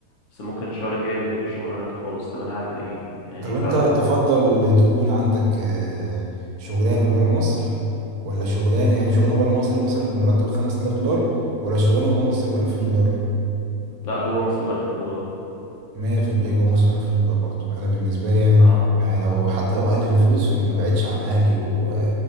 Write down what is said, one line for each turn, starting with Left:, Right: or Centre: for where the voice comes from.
Left: بس ممكن الشهر الجاي ما يجيليش شغلانات خالص طب انا هعمل ايه يعني
Right: طب
Left: ف
Right: انت تفضل تكون عندك آه، شغلانه بره مصر ولا شغلانه يعني شغلانه بره مصر مثلا بمرتب 5000 دولار ولا شغلانه جوه مصر ب 2000 دولار
Left: لا جوه مصر ب 2000 دولار
Right: مية في المية جوه مصر ألفين دولار برضو أنا بالنسبة لي يعني
Left: اه
Right: ما لو حتى لو أقل في الفلوس فأنا ما بعدش عن أهلي و...